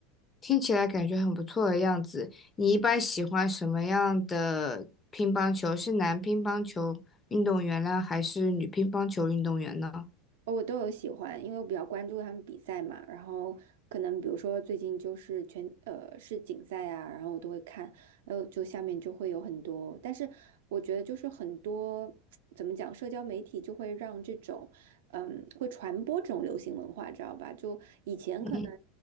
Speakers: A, on the left; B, on the right.
A: 听起来感觉很不错的样子。你一般喜欢什么样的乒乓球？是男乒乓球运动员呢，还是女乒乓球运动员呢？
B: 哦我都有喜欢，因为我比较关注他们比赛嘛，然后可能比如说最近就是全呃世锦赛啊，然后我都会看，还有就下面就会有很多，但是我觉得就是很多 <tsk> 怎么讲，社交媒体就会让这种嗯会传播这种流行文化，知道吧？就以前可能
A: 嗯